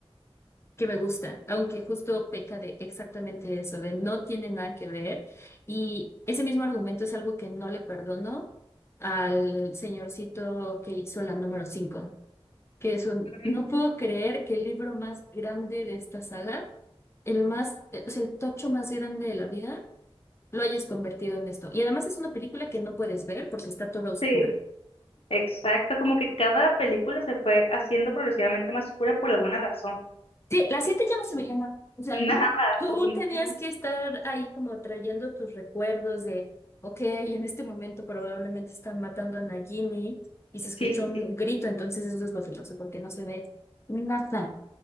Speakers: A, on the left; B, on the left.
A: que me gusta, aunque justo peca de exactamente eso, de no tiene nada que ver. Y ese mismo argumento es algo que no le perdono al señorcito que hizo la número cinco que es un,
B: ujú.
A: no puedo creer que el libro más grande de esta saga, el más, eh, o sea, el tocho más grande de la vida, lo hayas convertido en esto. Y además es una película que no puedes ver porque está toda oscura.
B: Sí. Exacto, como que cada película se fue haciendo progresivamente más oscura por alguna razón.
A: Sí, las siete ya no se veía nada.
B: <laughs>
A: O sea,
B: Nada,
A: tú,
B: afortunadamente,
A: tú tenías
B: no.
A: que estar ahí como trayendo tus recuerdos de, ok, en este momento probablemente están matando a Nagini y se escuchó
B: Sí, sí, sí.
A: un grito, entonces eso es lo que pasó, porque no se ve nada.